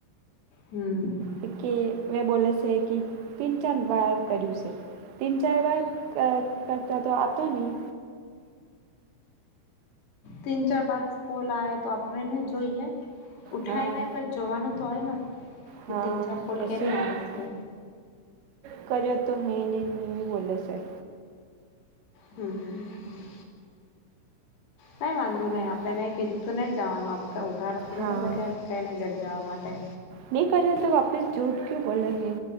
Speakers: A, on the left; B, on the right.
A: હમ્મ.
B: તે કે મેં બોલે છે કે તુમ કેમ વાર કર્યું છે. તીન ચાર વાર કર કરતા તો આતો નહી.
A: તીન ચાર બર કોલ આવે તો આપણેને જોઈએ. ઉઠાય
B: હા
A: ને પણ જોવાનું તો હોય ને કે
B: હા
A: તીન ચાર પોલ
B: એસે
A: કેની
B: હી
A: આઈ છે.
B: કર્યો તો હું ને ની બોલે છેે.
A: હમ્મ. કાઈ વાંધો
B: હા
A: નહીં આપડે નહીં કીધું તો નહીં જવાનું આપડે કંઈ ઉધારો થોડીને
B: હા
A: બેઠા ને કંઈને ઘર જવા માટે.
B: નહી કર્યો તો વાપસ જોઠ કું બોલો હૈ